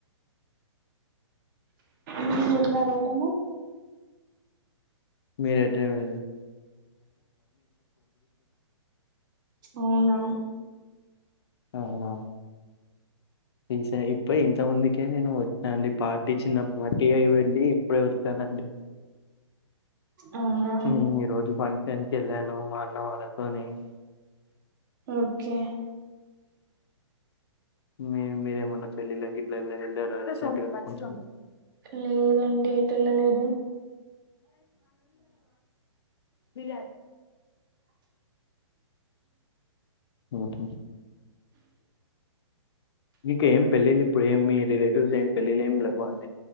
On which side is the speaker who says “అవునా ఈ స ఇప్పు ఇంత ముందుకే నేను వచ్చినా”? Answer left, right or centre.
Left